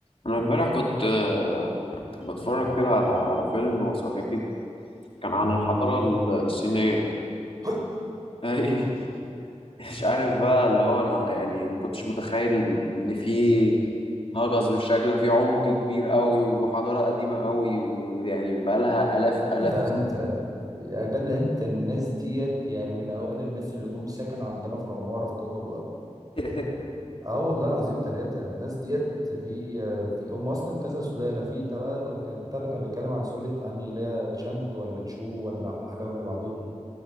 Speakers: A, on the left; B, on the right.
A: أنا امبارح كنت آه، بتفرج كده على على فيلم وثائقي كان عن
B: امم
A: الحضارة ال- الصينية
B: هاي
A: أي <laughs> مش عارف بقى اللي هو أنا يعني ما كنتش متخيل إن في هجس بالشكل ده في عمق كبير قوي وحضارة قديمة قوي ويعني بقالها آلاف
B: يا
A: آلاف
B: جدع انت يا جدع انت الناس ديت يعني من اوائل الناس اللي جم سكنوا عندنا في العماره في كوكب الارض
A: <laughs>
B: اه والله العظيم ثلاثه الناس ديت في في هم اصلا كذا سلاله في انت بقى كان كان- بتاع ده كان بيتكلم عن سلاله اني لا تشانج ولا تشو ولا حاجه من اللي بعدهم